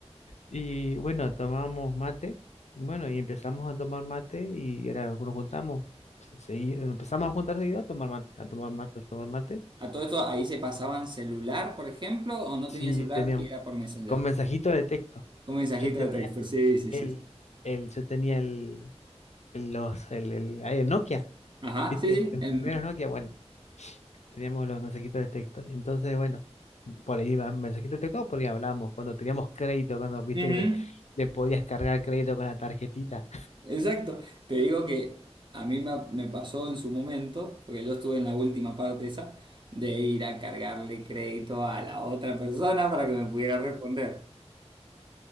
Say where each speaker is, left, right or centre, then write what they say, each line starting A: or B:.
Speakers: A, on the left; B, on the right.
A: Y bueno, tomábamos mate, bueno, y empezamos a tomar mate y era, nos juntamos, se- seguido- empezamos a juntar seguido a tomar mate, a tomar mate, a tomar mate.
B: A todo esto ahí se pasaban celular, por ejemplo, o no
A: Sí,
B: tenían celular
A: teníamos.
B: y era por Messenger.
A: Con mensajito de texto.
B: Con mensajito
A: Yo tenía
B: de texto, sí, sí,
A: el,
B: sí. sí.
A: el, yo tenía el, el- los, el, el, ay, el Nokia,
B: Ajá,
A: ¿viste?
B: sí, sí.
A: Los
B: em,
A: primeros Nokia, bueno, teníamos los mensajitos de texto. Entonces, bueno, por ahí iba mensajito de texto, o por ahí hablábamos. Cuando teníamos crédito, cuando viste
B: ujú.
A: que le, le podías cargar crédito con la tarjetita.
B: Exacto. Te digo que a mí me, me pasó en su momento, porque yo estuve en la última parte esa, de ir a cargarle crédito a la otra persona para que me pudiera responder.